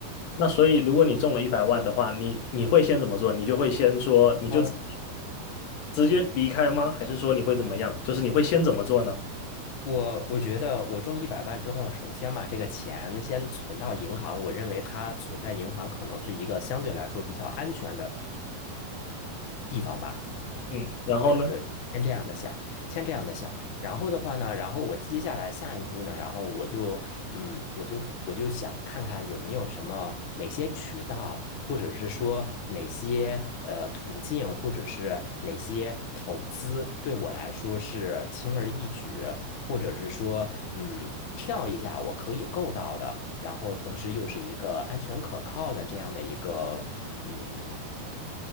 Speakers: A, on the left; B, on the left.
A: 那所以，如果你中了一百万的话，你你会先怎么做？你就会先说，你就直
B: 呃，
A: 直接离开吗？还是说你会怎么样？就是你会先怎么做呢？
B: 我我觉得我中一百万之后，首先嘛，这个钱先存到银行，我认为它存在银行可能是一个相对来说比较安全的地方吧。
A: 嗯，然后呢？
B: 对对对，先这样的想，先这样的想，然后的话呢，然后我接下来下一步呢，然后我就，嗯，我就我就想看看有没有什么哪些渠道，或者是说哪些呃途径，或者是哪些投资对我来说是轻而易举，或者是说，嗯，跳一下我可以够到的，然后同时又是一个安全可靠的这样的一个，嗯。